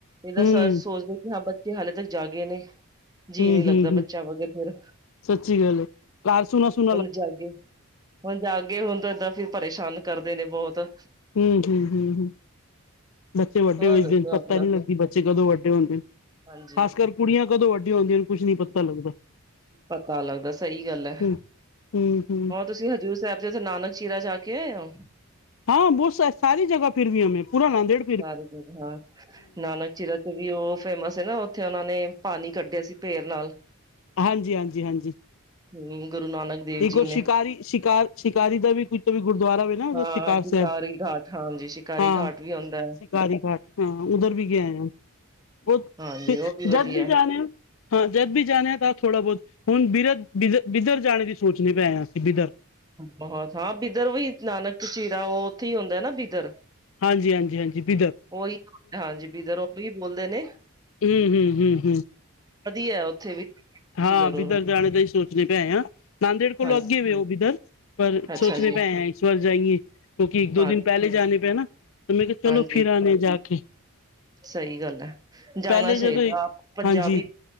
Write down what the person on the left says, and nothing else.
ਹਮ
ਹਮ
ਹਮ ਹਮ
ਸੱਚੀ ਗੱਲ ਏ। ਕਾਰ ਸੁੂਨ <unintelligible>
ਹਮ ਹਮ ਹਮ ਹਮ। <inaudible> ਬੱਚੇ ਵੱਡੇ
ਹੋ
ਦਈ, ਪਤਾ
ਨੀ ਲੱਗਦੀ ਬੱਚੇ ਕਦੋਂ ਵੱਡੇ ਹੁੰਦੇ। ਖਾਸ
ਕਰ ਕੁੜੀਆਂ ਕਦੋਂ ਵੱਡੀਆਂ ਹੁੰਦੀਆਂ, ਕੁਝ ਨੀ ਪਤਾ ਲੱਗਦਾ।
ਹਮ ਹਮ ਹਮ।
ਹਾਂ ਬਹੁਤ ਸਾਰੀ ਜ੍ਹਾ ਫਿਰ ਵੀ ਹਮੇ ਪੂਰਾ ਨਾਦੇੜ।
ਹਾਂਜੀ -ਹਾਂਜੀ -ਹਾਂਜੀ।
ਠੀਕ
ਉਹ
ਸ਼ਿਕਾਰੀ- ਸ਼ਿਕਾਰ- ਸ਼ਿਕਾਰ ਦਾ ਵੀ ਕੁਝ ਵੀ ਗੁਰਦੁਆਰਾ ਵੀ ਨਾ
ਸ਼ਿਕਾਰ
ਸਾਹਿਬ
ਹਾਂ
ਸ਼ਿਕਾਰੀ ਘਾਟ। ਹਾਂ ਉਧਰ ਵੀ ਗਿਆ ਹਾਂ,। ਫ
ਜਦ ਵੀ ਜਾਣੇ ਆ। ਹਾਂ ਜਦ ਵੀ ਜਾਣੇ ਹਾਂ ਤਾਂ ਥੋੜ੍ਹਾ ਬਹੁਤ ਹੁਣ ਬਿਰ ਬ ਬਿੱਧਰ ਜਾਣੇ ਦੀ ਸੋਚ ਦੇ ਪੈਏ ਹਾਂ ਅਸੀਂ ਬਿੱਧਰ।
ਹਾਂਜੀ -ਹਾਂਜੀ -ਹਾਂਜੀ ਬਿਦਰ।
ਹੂੰ- ਹੂੰ- ਹੂੰ-ਹੂੰ।
ਹਾਂ
ਬਿੱਧਰ ਜਾਣੇ ਤ ਹੀ ਸੋਚਣੇ ਪਏ ਹਾਂ, ਨਾਦੇੜ ਕੋਲ਼ੋਂ
ਅੱਗੇ ਵੀ ਹੈ ਬਿੱਧਰ। ਪਰ
ਸੋਚਣੇ
ਪੇ ਆਏ ਹੈ ਇਸ ਵਾਰ ਜਾਈਏ ਕਿਉਂਕਿ ਇੱਕ ਦੋ
ਦਿਨ ਪਹਿਲੇ ਜਾਣੇ ਪੇ ਨਾ। ਤੇ ਮੈਂ ਕਿਹਾ
ਚਲੋ ਫਿਰ ਆਣੇ ਜਾ ਕੇ।
ਪਹਿਲੇ
ਜਦੋਂ
ਹਾਂਜੀ